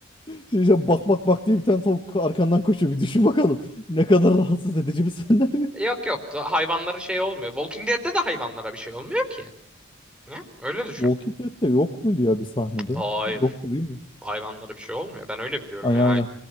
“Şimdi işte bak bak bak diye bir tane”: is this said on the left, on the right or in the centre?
Left